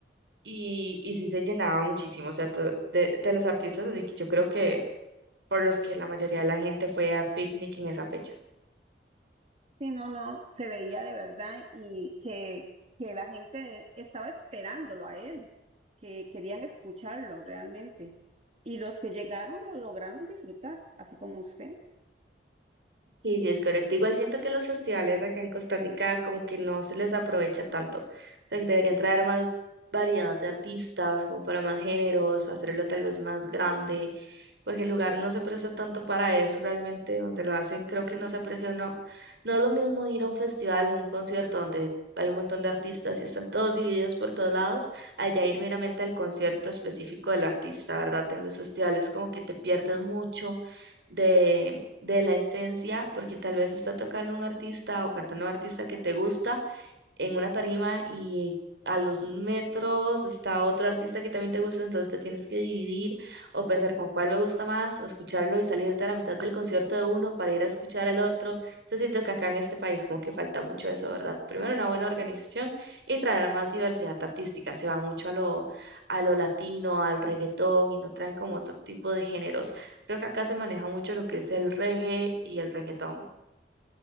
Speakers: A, on the right; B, on the right.
A: Y, y sí se llenaba muchísimo, o sea, to- de, de los artistas de que yo creo que por los que la mayoría de la gente fue a Picnic en esa fecha.
B: Sí, no, no, se veía de verdad y que, que la gente estaba esperándolo a él, que querían escucharlo realmente. Y los que llegaron lo lograron disfrutar, así como usted.
A: Sí, sí, es correcto. Igual siento que los festivales acá en Costa Rica como que no se les aprovecha tanto. O sea, que deberían traer más variedad de artistas, como para más géneros, hacerlo tal vez más grande, porque el lugar no se presta tanto para eso realmente, donde lo hacen, creo que no se aprecia o no. No es lo mismo ir a un festival, a un concierto donde hay un montón de artistas y están todos divididos por todos lados, allá ir meramente al concierto específico del artista, ¿verdad? En los festivales como que te pierdes mucho de, de la esencia, porque tal vez está tocando un artista o cantando un artista que te gusta, en una tarima y a los metros está otro artista que también te gusta, entonces te tienes que dividir o pensar con cuál me gusta más o escucharlo y salirte a la mitad del concierto de uno para ir a escuchar al otro. Entonces siento que acá en este país como que falta mucho eso, ¿verdad? Primero una buena organización y traer más diversidad artística. Se van mucho a lo, a lo latino, al reggaetón y no traen como otro tipo de géneros. Creo que acá se maneja mucho lo que es el reggae y el reggaetón.